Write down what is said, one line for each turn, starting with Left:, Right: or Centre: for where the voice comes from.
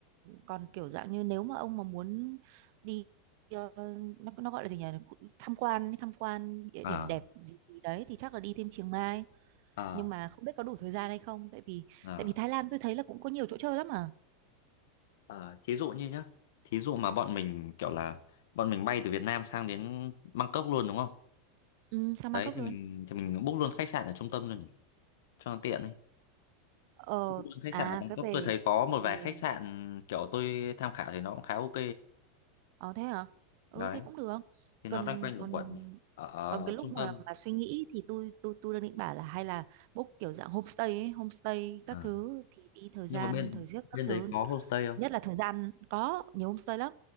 Right: còn kiểu dạng như nếu mà ông mà muốn đi ờ, nó nó gọi là gì nhỉ Khu- tham quan tham quan địa
Left: Ờ
Right: điểm đẹp gì gì đấy thì chắc là đi thêm Chiang Mai
Left: ờ
Right: nhưng mà không biết có đủ thời gian hay không tại vì
Left: ờ
Right: tại vì Thái Lan tôi thấy là cũng có nhiều chỗ chơi lắm mà
Left: Ờ, thí dụ như nhá, thí dụ mà bọn mình kiểu là bọn mình bay từ Việt Nam sang đến Bangkok luôn đúng không?
Right: ừ, sang
Left: Đấy
Right: Bangkok
Left: thì
Right: luôn
Left: mình thì mình book luôn khách sạn ở trung tâm luôn nhỉ, cho nó tiện ấy.
Right: ờ
Left: Book luôn Khách
Right: à
Left: sạn ở Bangkok
Right: cái về
Left: tôi thấy có một
Right: về
Left: vài khách sạn kiểu tôi tham khảo thì nó cũng khá ok.
Right: Ờ thế hả? Ừ
Left: Đấy,
Right: thế cũng được.
Left: thì
Right: Còn
Left: nó loanh quanh luẩn
Right: còn
Left: quẩn ở ở
Right: còn cái lúc
Left: trung
Right: mà
Left: tâm.
Right: mà suy nghĩ thì tôi tôi tôi đang định bảo là hay là book kiểu dạng homestay ấy, homestay các
Left: Ờ,
Right: thứ thì đi thời
Left: Nhưng
Right: gian,
Left: mà bên
Right: thời giấc các
Left: bên
Right: thứ.
Left: đấy có homestay không?
Right: Thứ nhất là thời gian có nhiều homestay lắm.